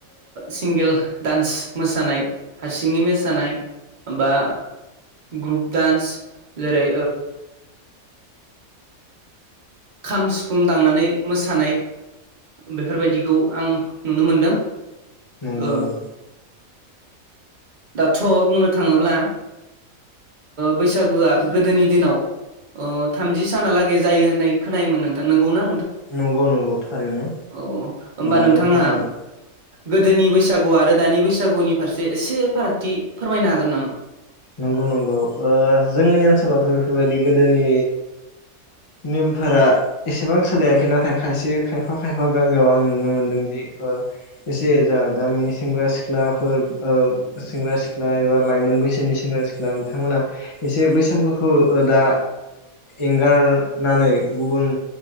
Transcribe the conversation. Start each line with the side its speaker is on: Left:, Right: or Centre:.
Right: सिंगोल दडान्स मोसानाय हारसिंनि मोसानाय बा ग्रुप डान्स जेरै खाम सिफुं दांनानै मोसानाय बेफोरबायदिखौ आं नुनो मोनदों
Left: नंगौ
Right: ओ
Left: नंगौ
Right: दाथ' बुंनो थाङोब्ला बैसागोआ गोदोनि दिनाव थामजि सानालागै जायो होननाय खोनायोमोन नोंथां नंगौना
Left: नंगौ नंगौ थारैनो
Right: औ होमबा
Left: दानियाथ'
Right: नोंथाङा
Left: जोङो
Right: गोदोनि बैसागु आरो दानि बैसागुनि फारसे एसे फारागथि फोरमायनो हागोन नामा
Left: नंगौ नंगौ जोंनि ओनसोलावथ' बेफोरबायदि गोदोनि नेमफोरा एसेबां सोलायाखै नाथाय खायसे खायफा - खायफा गामियाव आं नुनो मोनदोंदि <unintelligible> एसे जा गामिनि सेंग्रा- सिख्लाफोर सेंग्रा- सिख्ला एबा लाइमोन बैसोनि सायाव सेंग्रा- सिख्ला बिथांमोना एसे बैसागुखौ दा एंगारनानै गुबुन